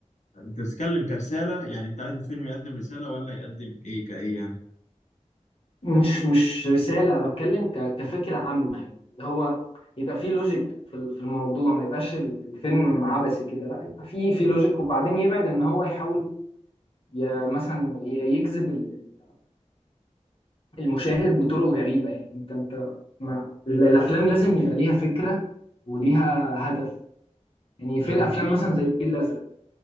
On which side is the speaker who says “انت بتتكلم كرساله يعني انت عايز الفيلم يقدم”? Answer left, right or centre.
Left